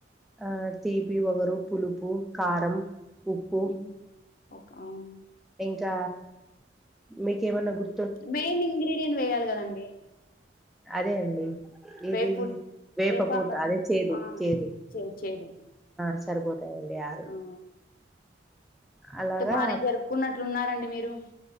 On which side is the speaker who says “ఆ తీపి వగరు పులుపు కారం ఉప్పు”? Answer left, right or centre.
Centre